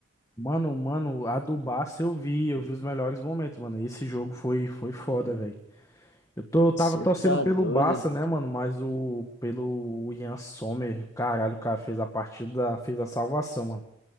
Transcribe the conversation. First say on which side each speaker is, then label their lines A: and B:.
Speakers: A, on the left; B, on the left.
A: Mano, mano, a do Barça eu vi. Eu vi os melhores momentos, mano. Esse jogo foi, foi foda, velho. Eu tô, eu tava
B: Você
A: torcendo
B: tá
A: pelo
B: doido?
A: Barça, né, mano? Mas o. Pelo Ian Sommer, caralho, o cara fez a partida, fez a salvação, mano.